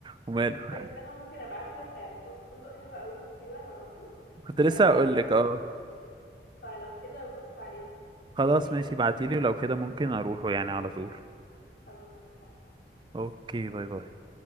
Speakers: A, on the right; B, on the left.
A: وماله <laughs>
B: بس انا ممكن ابعت لك فندق حلو قوي في سيوة انا روحته
A: كنت لسه
B: آه،
A: هقول لك اه
B: فلو كده بص عليه
A: خلاص
B: تمام
A: ماشي ابعتيلي ولو كده ممكن اروحه يعني على طول
B: خلاص اتفقنا
A: اوكي باي باي